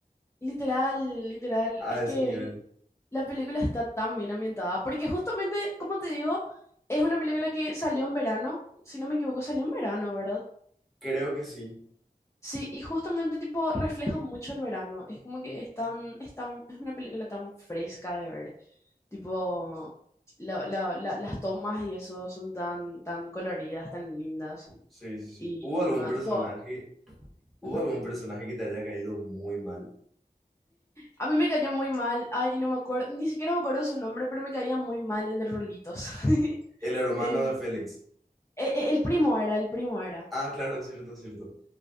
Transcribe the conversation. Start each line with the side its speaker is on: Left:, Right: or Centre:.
Left: Literal, literal.
Centre: a
Left: Es
Centre: ese
Left: que
Centre: nivel.
Left: La película está tan bien ambientada, porque justamente, como te digo, es una película que salió en verano, si no me equivoco, salió en verano, ¿verdad?
Centre: Creo que sí,
Left: Sí, y justamente tipo refleja mucho el verano, es como que es tan, es tan- es una película tan fresca de ver, tipo la- la- la- las tomas y eso son tan, tan coloridas, tan lindas,
Centre: sí, sí, sí.
Left: y,
Centre: ¿Hubo
Left: y
Centre: algún
Left: nada,
Centre: personaje,
Left: tipo...
Centre: hubo
Left: ujú.
Centre: algún personaje que te haya caído muy mal?
Left: A mí me cayó muy mal, ay, no me acuerdo, ni siquiera me acuerdo su nombre, pero me caía muy mal el de Rulitos. <laughs>
Centre: El hermano
Left: El,
Centre: de Félix.
Left: e- e- el primo era, el primo era,
Centre: Ah, claro, es cierto, es cierto.